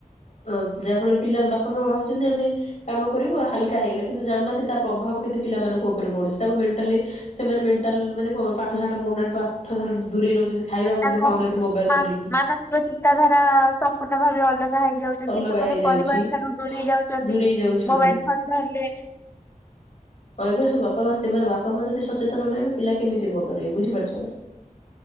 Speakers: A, on the left; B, on the left.
A: ତ ଯା ଫଳରେ ପିଲା ବାପା ମା ଭାବୁଛନ୍ତି ଆମେ। କାମ କରିବୁ ହାଲକା ହେଇଗଲେ କିନ୍ତୁ ଜାଣୁନାହାନ୍ତି ତା ପ୍ରଭାବ କେତେ ପିଲାମାନଙ୍କ ଉପରେ ପଡୁଛି। ତାକୁ ମେଣ୍ଟାଲି ସେମାନେ ମେଣ୍ଟାଲ ମାନେ କଁ ପାଠ ସାଠ ପଢୁନାହାନ୍ତି ପାଠ ଠାରୁ ଦୂରେଇ ରହୁଛନ୍ତି। ଖାଇବା ମଧ୍ୟ
B: ତାଙ୍କ
A: ଖାଉନାହାନ୍ତି
B: ମ
A: ମୋବାଇଲ
B: ମା
A: ଧରିକି।
B: ମାନସିକ ଚିନ୍ତାଧାରା ସମ୍ପୂର୍ଣ୍ଣ ଭାବେ ଅଲଗା ହେଇଯାଉଛି।
A: ଅଲଗା
B: ସେମାନେ
A: ହେଇଯାଉଛି
B: ପରିବାର ଠାରୁ ଦୂରେଇ ଯାଉଛନ୍ତି
A: ଦୂରେଇ ଯାଉଛନ୍ତି।
B: ମୋବାଇଲ ଫୋନ ଧରିଲେ।
A: <inaudible> ତ ଏ ଗୁରା ସବୁ ବାପା ମା ସେମାନେ ବାପା ମା ଯଦି ସଚେତନ ନହେବେ ପିଲା କେମିତି ବଦଳିବେ ବୁଝିପାରୁଛ ନା।